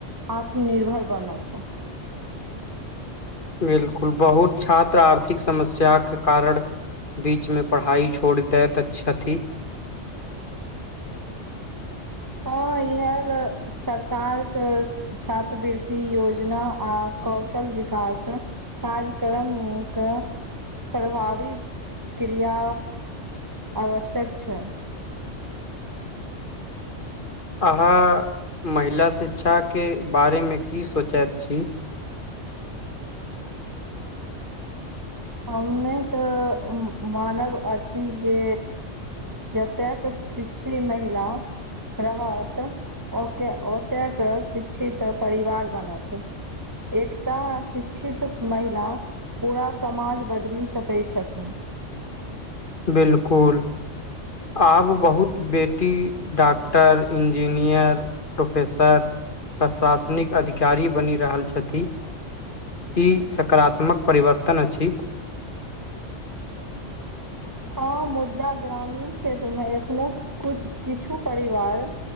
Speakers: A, on the right; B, on the left.
A: आत्मनिर्भर बनत।
B: बिल्कुल बहुत छात्र आर्थिक समस्या के कारण बीच मे पढ़ाई छोड़ देथ छथी।
A: हाँ इहएल सरकार के स छात्रवृति योजना आ कौशल विकास काज - करम के प्रभावी क्रिया आवश्यक छैय।
B: अहाँ महिला शिक्षाके बारे मे की सोचैत छी।
A: हममे तऽ मानव अछि जे जतयके शिक्षी महिला रहत ओके ओतेक शिक्षित परिवार बनत। एकटा शिक्षित महिला पूरा समाज बदलि सकै छथिन।
B: बिल्कुल। आब बहुत बेटी डॉक्टर इंजीनियर प्रोफेसर प्रशासनिक अधिकारी बनि रहल छथि। ई सकारात्मक परिवर्तन अछि।
A: हाँ मुद्दा ग्रामीण क्षेत्र मे एखनो कु किछु परिवार